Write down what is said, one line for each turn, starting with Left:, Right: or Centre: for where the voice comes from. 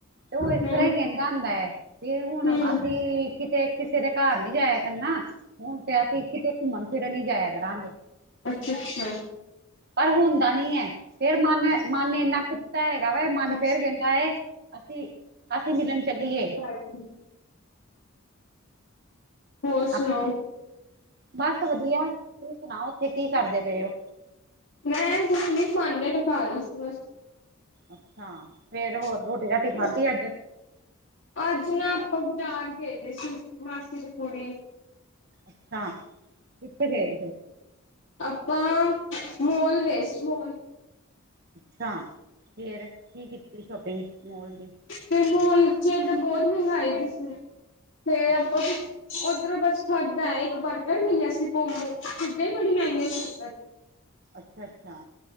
Right: ਤੇ ਓ ਇਸ
Left: ਹੂੰ
Right: ਤਰ੍ਹਾਂ ਹੀ ਕੈਂਦਾ ਹੁੰਦਾ ਐ। ਤੇ ਹੁਣ
Left: ਹੂੰ
Right: ਅਸੀ ਕਿਤੇ, ਕਿਸੇ ਦੇ ਘਰ ਨੀ ਜਾਇਆ ਕਰਨਾ ਹੁਣ ਤੇ ਅਸੀ ਕਿਤੇ ਘੁੰਮਣ ਫਿਰਨ ਹੀ ਜਾਇਆ ਕਰਾਂਗੇ।
Left: ਅੱਛਾ, ਅੱਛਾ।
Right: ਪਰ ਹੁੰਦਾ ਨੀ ਐ, ਫੇਰ ਮਨ ਮਨ ਏਨਾ ਕੁੱਤਾ ਹੈਗਾ ਵਾ ਮਨ
Left: ਬਸ
Right: ਫੇਰ ਕੈਂਦਾ ਏ ਅਸੀ, ਅਸੀ ਮਿਲਣ ਚੱਲੀਏ।
Left: ਹਾਂਜੀ। ਹੋਰ
Right: ਆਪਣੇ,
Left: ਸੁਣਾਓ
Right: ਬਸ ਵਦੀਆ, ਤਸੀ ਸੁਣਾਓ ਓਥੇ ਕੀ ਕਰਦੇ ਪਏ ਓ?
Left: ਮੈਂ ਕੁਛ ਨੀ, ਪਾਂਡੇ ਢਕਾ ਰੀ ਸੀ ਬਸ।
Right: ਅੱਛਾ ਫੇਰ
Left: <unintelligible>
Right: ਹੋਰ ਰੋਟੀ ਰਾਟੀ ਖਾਧੀ ਅੱਜ
Left: ਅੱਜ ਨਾ ਅੱਪਾ ਬਾਜਾਰ ਗਏ ਦੇ ਸੀ, ਮਾਸੀ ਦੀ ਕੁੜੀ
Right: ਅੱਛਾ, ਕਿੱਥੇ ਗਏ ਫੇ
Left: ਅੱਪਾਂ ਮੋਲ ਗਏ ਸੀ, ਮੋਲ
Right: ਅੱਛਾ, ਫੇਰ ਕੀ ਕੀਤੀ ਸ਼ੋਪਿੰਗ ਮੋਲ ਦੀ?
Left: ਤੇ ਮੋਲ ਚ ਤੇ ਬੋਤ ਮਹਿੰਗਾਈ ਦੀ ਫੇਰ
Right: ਅੱਛਾ
Left: ਆਪਾਂ ਓਧਰੋਂ ਬਸ ਥੱਕ ਗਏ, ਇੱਕ ਬਰਗਰ ਮਿਲਿਆ ਸੀ ਕੰਬੋ, ਚੀਜਾ ਹੀ ਬੜੀ ਮਹਿੰਗੀਆਂ ਸੀ ਓਥਰ
Right: ਅੱਛਾ ਅੱਛਾ